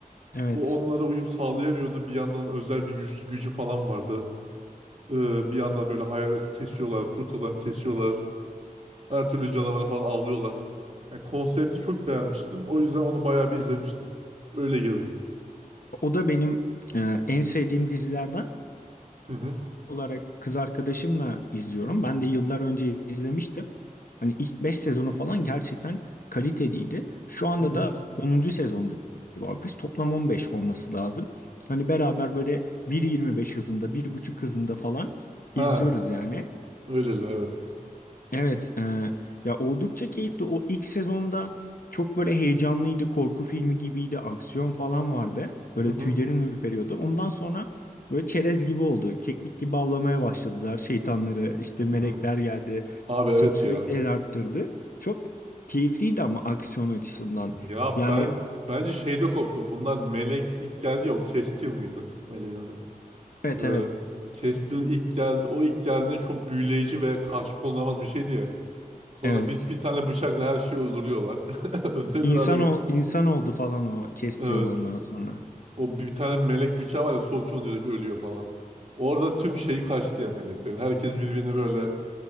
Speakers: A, on the left; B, on the right.
A: Evet.
B: O onlara uyum sağlayamıyordu. Bir yandan özel bir güç, gücü falan vardı. Ee, bir yandan böyle hayalet kesiyorlar, kurt adam kesiyorlar. Her türlü canavarı falan avlıyorlar. Yani konsepti çok beğenmiştim. O yüzden onu bayağı bir izlemiştim. Öyle girdim.
A: O da benim e, en sevdiğim dizilerden.
B: Hı hı.
A: olarak kız arkadaşımla izliyorum. Ben de yıllar önce izlemiştim. Hani ilk 5 sezonu falan gerçekten kaliteliydi. Şu anda
B: Hı hı.
A: da onuncu sezonda galiba biz. Toplam 15 olması lazım. Hani beraber böyle 1.25 hızında, bir buçuk hızında falan
B: Ha,
A: izliyoruz yani.
B: öyleli evet.
A: Evet, e, ya oldukça keyifli. O ilk sezonda çok böyle heyecanlıydı, korku filmi gibiydi, aksiyon falan vardı. Böyle
B: Hı hı.
A: tüylerin ürperiyordu. Ondan sonra böyle çerez gibi oldu. Keklik gibi avlamaya başladılar şeytanları. işte melekler
B: Hı hı.
A: geldi.
B: Abi
A: Sü-
B: evet
A: sürekli
B: ya.
A: el arttırdı. Çok keyifliydi ama aksiyon açısından.
B: Ya
A: Yani
B: ben bence şeyde koptu. Bunlar Melek ilk geldi ya o Kestil miydi? Meleğin adı.
A: evet
B: Ee,
A: evet
B: Kestil ilk geldi. O ilk geldiğinde çok büyüleyici ve karşı konulamaz bir şeydi ya. Sonra
A: evet.
B: bir, bir tane bıçakla her şeyi öldürüyorlar. <laughs> Öldürebilir
A: İnsan
B: hale
A: ol, insan oldu falan o Castiel
B: geldi.
A: ondan sonra.
B: O bir tane melek bıçağı var ya sokuyor direkt ölüyor falan. Orada tüm şeyi kaçtı ya meleklerin. Herkes birbirini böyle